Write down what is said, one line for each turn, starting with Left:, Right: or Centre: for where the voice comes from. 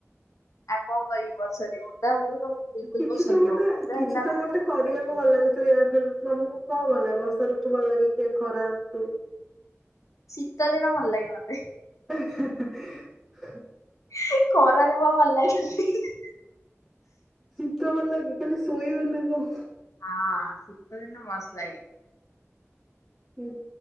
Left: ଆ କଣ କରିବି ବର୍ଷାରେ ଥଣ୍ଡା ହେବାକୁ ତ ମତେ ବିଲକୁଲ
Centre: କିଛି
Left: ପସନ୍ଦ
Centre: ତ ଗୋଟେ
Left: ନୁହଁ ଓଦା
Centre: କିଛି
Left: ହେଲା
Centre: ତ
Left: ମାନେ
Centre: ଗୋଟେ
Left: ମୋ ମୁଣ୍ଡ
Centre: କରିବାକୁ
Left: ଖରାପ ହେଇଯିବ
Centre: ଭଲ ଲାଗୁଥିବ <unintelligible> ତମକୁ କଣ ଭଲ ଲାଗିବ? ବର୍ଷା ଋତୁ ଭଲ ଲାଗେ କି ଖରା ଋତୁ?
Left: ଶୀତ ଦିନ ଭଲ ଲାଗେ ମୋତେ।
Centre: ହିଁ ହିଁ ହିଁ ହିଁ
Left: ହେ ଖରା ଯମା ଭଲ ଲାଗେନି ହିଁ ହିଁ।
Centre: ଶୀତ ଭଲ ଲାଗେ ଖାଲି ଶୋଇବେ ନା କଣ?
Left: ହଁ ଶୀତଦିନ ମସ୍ତ ଲାଗେ।
Centre: ହୁଁ।